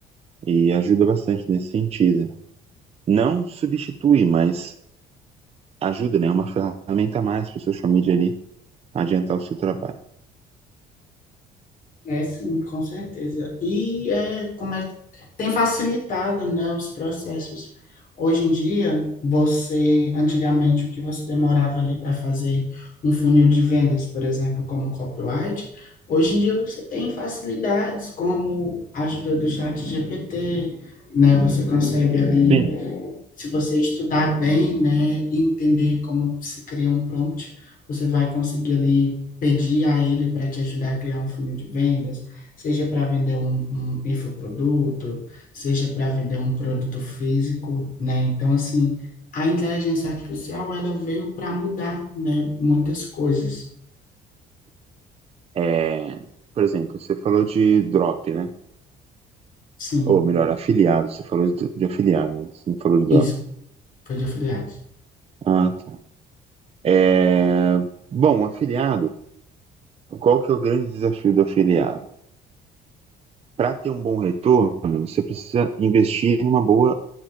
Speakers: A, on the right; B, on the left.
A: e ajuda bastante nesse sentido. Não substitui, mas ajuda, né? É uma ferramenta a mais para o social media ali adiantar o seu trabalho.
B: É sim, com certeza. E é, como é que tem facilitado, né, os processos. Hoje em dia, você, antigamente, o que você demorava ali para fazer um funil de vendas, por exemplo, como copyright, hoje em dia você tem facilidades como a ajuda do chat GPT, né? Você consegue ali
A: Sim.
B: se você estudar bem, né, e entender como se cria um prompt, você vai conseguir ali pedir a ele para te ajudar a criar um funil de vendas, seja para vender um, um infoproduto, seja para vender um produto físico, né? Então, assim, a inteligência artificial, ela veio para mudar, né, muitas coisas.
A: É, por exemplo, você falou de drop, né?
B: Sim,
A: Ou melhor, afiliado. Você falou de, de afiliado, né? Você não falou de drop.
B: isso, foi de afiliados.
A: Ah, tá. É, bom, afiliado. Qual que é o grande desafio do afiliado? Para ter um bom retorno, você precisa investir em uma boa